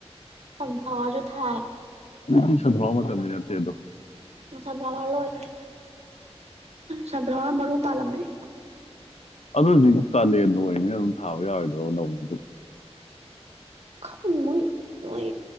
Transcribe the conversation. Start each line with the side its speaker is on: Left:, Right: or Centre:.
Right: ꯁꯐꯋꯥꯁꯨ ꯊꯥꯏ
Left: ꯑꯗꯨ ꯁꯚꯥꯎ ꯑꯃ ꯃꯇꯝꯅꯤꯇꯦꯗꯣ
Right: ꯁꯕ꯭ꯔꯋꯥ ꯂꯣꯏꯈ꯭ꯔꯦ ꯁꯕ꯭ꯔꯋꯥ ꯃꯔꯨ ꯄꯥꯜꯂꯝꯕꯅꯦ
Left: ꯑꯗꯨ ꯍꯧꯖꯤꯛꯇ ꯀꯥꯂꯦꯟ ꯑꯣꯏꯕꯅꯤꯅ ꯑꯗꯨꯝ ꯊꯥꯕ ꯌꯥꯔꯣꯏꯗ꯭ꯔꯣ ꯂꯧ ꯑꯗꯨ
Right: ꯈꯥꯎꯅꯤ ꯃꯣꯏ ꯃꯣꯏ